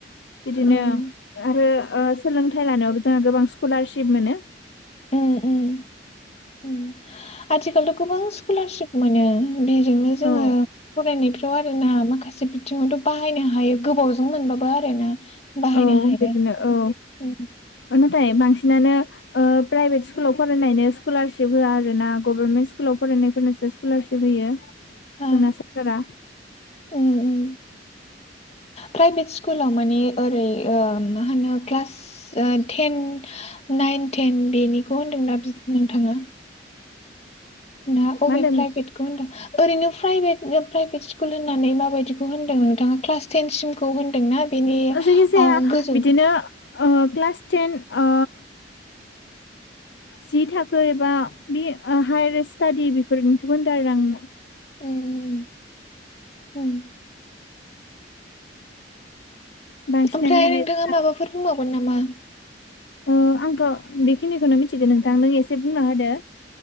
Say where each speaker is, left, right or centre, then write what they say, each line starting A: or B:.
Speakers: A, on the left (about 70°); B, on the left (about 35°).
A: बिदिनो
B: उम
A: आरो ओ सोलोंथाइ लानायावबो जोंहा गोबां स्कलारशिप मोनो।
B: ओम ओम ओम आथिखालथ' गोबां स्कलारसिप मोनो बेजोंनो जोङो
A: औ
B: फरायनाय फोर <unintelligible> आरो ना माखासे से बिथिङावथ' बाहायनो हायो गोबाव मोनबाबो फरायनो बाहायनो
A: औ
B: हायो
A: बिदिनो
B: ओम
A: औ नाथाय बांसिनानो ओ प्राइभेट स्कुलाव फरायनायनो स्कलारशिप होआ आरोना गभरमेन्ट स्कुलाव फरायनायफोरनोसो स्कलारशिप होयो।
B: औ
A: जोंना सोरखारा
B: ओम ओम प्राइभेट स्कुलाव माने ओरै ओ मा होनो क्लास ओ टेन नाइन टेन बेनिखौ होनदों दा बि नोंथाङा ना
A: मा
B: अबे
A: होनदों
B: प्राइभेटखौ होनदों ओरैनो प्राइभेट प्राइभेट स्कुल होननानै माबायदिखौ होनदों नोंथाङा क्लास टेन सिमखौ होनदोंना बेनि
A: जायखिजाया
B: आ गोजौ
A: बिदिनो ओ क्लास टेन ओ जि थाखो एबा बे हायार स्टाडि बेफोरनिखोबो होनदों आरो आङो
B: ओम ओम ओम
A: बांसिनानो
B: ओमफ्राय
A: माने
B: नोंथाङा
A: जोंना
B: माबाफोर बुंबाव गोन नामा?
A: ओ आंथ' बेखिनिखौनो मिथिगो नोंथां नों एसे बुंना होदो।